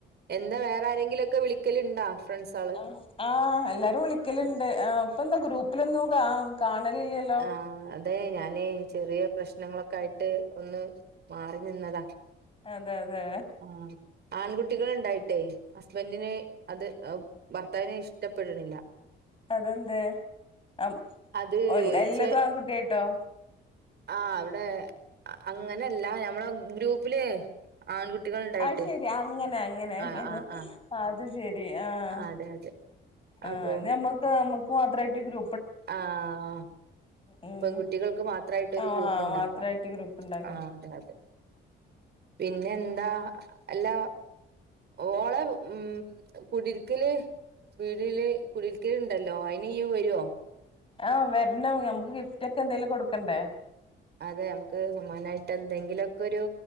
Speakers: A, on the right (about 55°); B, on the left (about 25°).
A: എന്താ വേറെ ആരെങ്കിലും ഒക്കെ വിളിക്കലിണ്ടോ ഫ്രണ്ട്സാള്
B: ആഹ് ആഹ് എല്ലാരും വിളിക്കല്ണ്ട് ഇപ്പ എന്താ ഗ്രൂപ്പിലൊന്നുംകാ കാണലില്ലല്ലോ
A: ആഹ് അതെ ഞാന് ചെറിയ പ്രശ്നങ്ങളൊക്കെ ആയിട്ട് ഒന്ന് മാറി നിന്നതാ
B: അതെ അതെ
A: ആഹ് ആൺകുട്ടികൾ ണ്ടായിട്ടെ ഹസ്ബൻറിന് അത്അഹ് ഭർത്താവിനഅ് ഇഷ്ടപ്പെട്ണില്ല
B: അതെന്തേ അപ്
A: അത്
B: എല്ലതും
A: ചെ
B: ആൺകുട്ടിയായിട്ടോ
A: ആഹ് ഇവിടെ അങ്ങനെല്ല ഞമ്മളെ ഗ്രൂപ്പില് ആൺകുട്ടികൾ ഉണ്ടായിട്ടേ
B: അഹ് ശെരി അങ്ങനെ അങ്ങനെ
A: ആഹ്
B: അങ്ങനെ
A: ആഹ് ആഹ്
B: അത് ശെരി ആഹ്
A: അതെ അതെ
B: ആഹ്
A: അപ്പം
B: ന്നമ്മക്ക് നമ്മുക്ക് മാത്രായിട്ട് ഗ്രൂ
A: ആഹ്
B: ഉം
A: പെൺ കുട്ടികൾക്ക് മാത്രായിട്ടൊരു
B: ആഹ്
A: ഗ്രൂപ്പ് ണ്ടാക്കാം
B: മാത്രായിട്ട് ഗ്രൂപ്പ് ഉണ്ടാക്കണം
A: ആഹ് അതെ അതെ പിന്നെ എന്താ അല്ലാ ഓളെ ഉം കുടിരിക്കല് വീടില് കുടിരിക്കല്ണ്ടല്ലോ അയിന് ഇയ്യ് വരോ
B: ആഹ് വര്ണം നമക്ക് ഗിഫ്റ്റക്കെ എന്തെലും കൊടുക്കണ്ടേ
A: അതെ നമുക്ക് സമ്മാനായിട്ട് എന്തെങ്കിലുഒക്കെ ഒരു